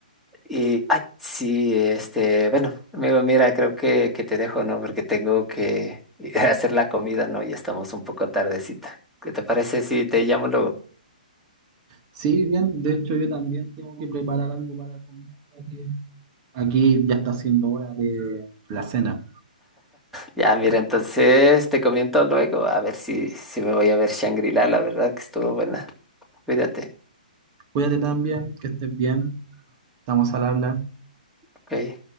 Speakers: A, in the centre; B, on the right.
A: Y, ay, sí, este, bueno, amigo, mira, creo que, que te dejo, ¿no? Porque tengo que <laughs> ir a hacer la comida, ¿no? Ya estamos un poco tardecita. ¿Qué te parece si te llamo luego?
B: Sí, bien, de hecho yo también tengo que preparar algo para comer, ya que aquí ya está siendo hora de la cena.
A: Ya, mira, entonces te comento luego, a ver si, si me voy a ver Shangri-La, la verdad que estuvo buena. Cuídate,
B: Cuídate también, que estés bien. Estamos al habla.
A: ¿ok?